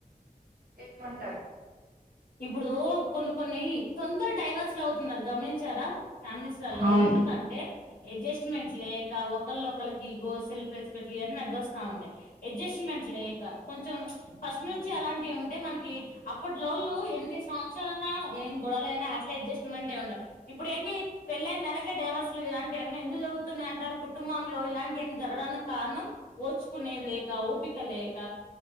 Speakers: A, on the right; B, on the left.
A: ఏక్ మంటాఆరు
B: ఇప్పుడు కొన్ని కొన్ని తోందర్గ డైవర్స్ లు అవుతుఉన్నారు గమనించారా ఫ్యామిలీస్ ల అల్లో
A: అవును
B: ఎందుకఅంటే అడ్జస్ట్మెంట్ లేక ఒకళ్ళ ఒకళఆకిగో సెల్ఫ్ రెస్పెక్ట్ ఇవ అన్నీ అడ్డొస్తా ఉంటాయి అడ్జస్ట్మెంట్ లేక కొంచెం ఫస్ట్ నుంచి అలాంటివి ఉంటే మనకి అప్పట్ లో వోళ్ళు ఇ ఎన్ని సంవత్సరాల అన్న ఏమ్ గొడవలై అయినా అట్లా అడ్జస్ట్మెంట్గ ఉండాలి ఇప్పుడే ఏంటి పెళ్ళైన నెలకే డై డైవర్స్లు ఇలాంటివఅన్నీ ఎందు జరుగుతు ఉన్నాయి అంటారు కుటుంబంలో ఇలాంటి వఅన్నీ జరడానికి కారణం ఓర్చుకునే లే లేక ఓపిక లేక